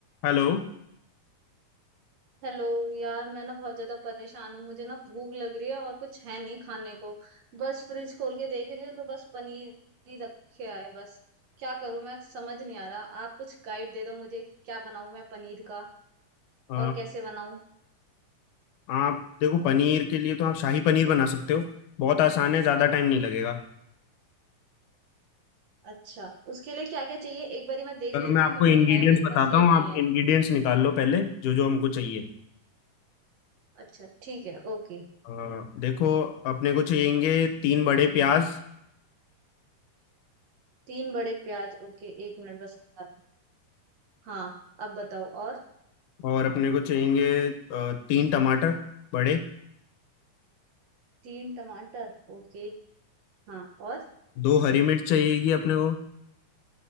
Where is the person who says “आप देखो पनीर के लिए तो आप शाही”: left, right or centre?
Left